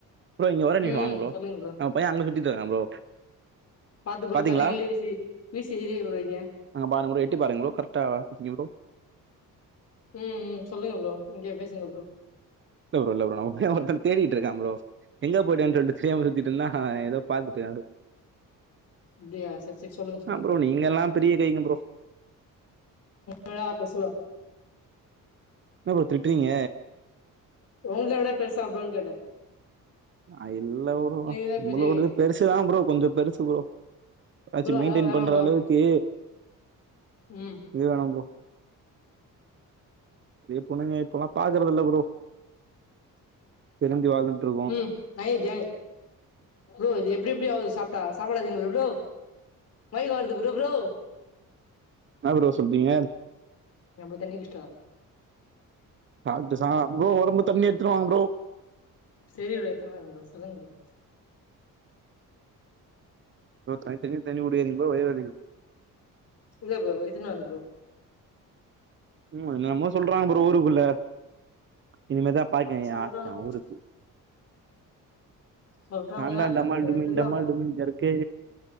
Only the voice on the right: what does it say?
ப்ரோ இங்க ஒர நிமிஷம்
வாங்க ப்ரோ
நம்ம பைய அங்க சுத்திட் ப்ரோ
பாத்தீங்களா
அங்க பாருங்க ப்ரோ பாருங்க ப்ரோ கரெக்டா நீ ப்ரோ
இல்ல ப்ரோ இல்ல ப்ரோ நம்ம பைய ஒருத்தன தேடிட்டு இருக்கான் ப்ரோ எங்க போயிட்டான் சொல்லி தெரியாம சுத்திட்டு இருந்தா ஏதோ பாத்துட்ட இரு <unintelligible>
ஆ ப்ரோ நீங்கல்லா பெரிய கைங்க ப்ரோ
என்ன ப்ரோ திட்றீங்க
ஆ இல்ல ப்ரோ
நம்மளோடது
பெருசுதான் ப்ரோ கொஞ்ச பெருசு ப்ரோ ஆச்ச
மெயின்டென்
பண்ற
அளவுக்கு
இது வேணு ப்ரோ அ பொண்ணுங்க இப்பல்லா பாக்குறதுல்ல ப்ரோ திருந்தி வாழ்ந்துட்டு இருக்கோ
என்ன ப்ரோ சொல்றீங்க
சாப்ட்டு சா ப்ரோ வரும்போது தண்ணி எடுத்துடுவாங்க ப்ரோ
ப்ரோ தண்னித்தனியா தண்ணி குடிகாதிங்க ப்ரோ வயிரு வலிக்கு
ம் என்னன்னமோ சொல்றாங்க ப்ரோ ஊருக்குள்ள இனிமதா பாக்கனு
ஆ ஊருக்கு
நான் தான் டமால் டுமில்
டமால் டுமில் ஜர்க்கு